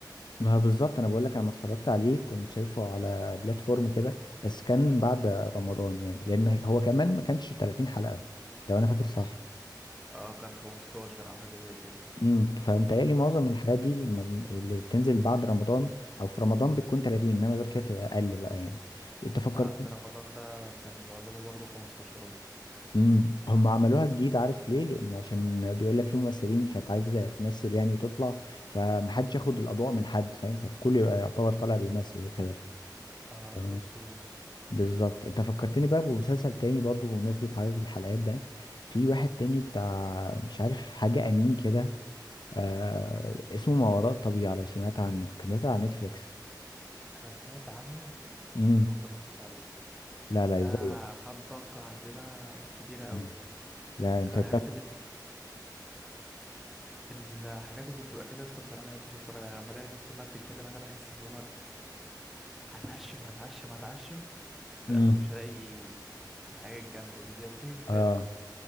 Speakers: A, on the left (about 75°); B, in the centre.
A: ما هو بالظبط انا بقول لك انا لما اتفرجت عليه كنت شايفه على بلاتفورم كده بس كان بعد رمضان يعني لان هو كمان ما كانش 30 حلقة لو انا فاكر صح
B: اه كان 15 او حاجة زي كده
A: امم فمتهيألي معظم الحاجات دي الم- اللي بتنزل بعد رمضان او في رمضان بتكون 30 انما غير كده بتبقى اقل بقى يعني انت فكرت
B: لا ده رمضان ده كان معظمه برضه 15ات
A: امم هم عملوها جديد عارف ليه لان عشان بيقول لك في ممثلين كانت عايزه تمثل يعني وتطلع فمحدش ياخد الاضواء من حد فاهم فالكل يبقى يعتبر طالع بيمثل وكده
B: اه
A: ف-
B: نص ونص
A: بالظبط انت فكرتني بقى بمسلسل تاني برضو بمناسبة عدد الحلقات ده في واحد تاني بتاع مش عارف حاجة امين كده آه اسمه ما وراء الطبيعة لو سمعت عنه كان نازل على نتفليكس
B: انا سمعت عنه
A: امم
B: بس ما اتفرجتش عليه
A: لا لا
B: ده
A: ازاي
B: خد ضجة عندنا كبيرة قوي
A: مم. لا انت
B: انا
A: تف...
B: الحاجات اللي بتت... الحاجات اللي بتبقى كده يا اسطى بصراحة ما بحبش اتفرج عليها لما الاقي الناس كلها بتتكلم عليها بحس اللي هو هتعشم هتعشم هتعشم وفي
A: امم
B: الاخر مش هلاقي الحاجه الجامده دي زي بريكنج باد
A: اه
B: مثلا